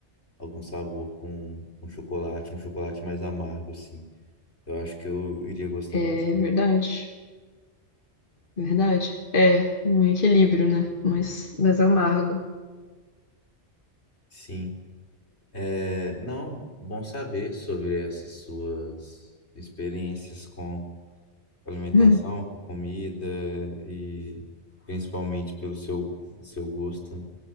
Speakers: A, on the left; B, on the left.
A: algum sabor com, com chocolate, um chocolate mais amargo, assim. Eu acho que eu iria gostar
B: É
A: bastante.
B: verdade, verdade. É um equilíbrio, né? Mas, mas amargo.
A: Sim. É, não, bom saber sobre essas suas experiências com alimentação,
B: <laughs>
A: com comida e principalmente pelo seu, seu gosto, né?